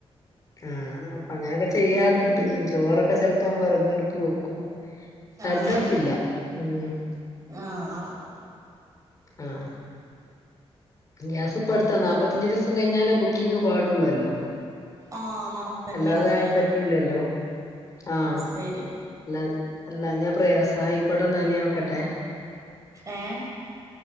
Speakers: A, on the left (about 35°); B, on the right (about 35°).
A: ആഹ് അപ്പൊ അങ്ങനൊക്കെ ചെയ്യാറ്ണ്ട് ചോറൊക്കെ ചെൽപ്പം വെറകടുപ്പ് വെക്കും. കര്ന്റട്പ്പില്ല.
B: ആഹ്
A: ഉം
B: ആഹ്
A: ആഹ് ഗ്യാസ് ഇപ്പട്ത്താ നാപ്പത്തഞ്ച് ദിവസം കഴിഞ്ഞാലാ ബുക്കിംങ് പാടൊള്ളൊല്ലോ.
B: ആഹ് നാപ്പത്തഞ്ചീസല്ലേ
A: അല്ലാതെ പറ്റൂലല്ലോ ആഹ്.
B: ന്നെരി.
A: ല്ലൻ അല്ലാഞാപ്രയാസാ ഐക്കോട്ടെന്നാല് ഞാവെക്കട്ടേ.
B: ഏഹ്.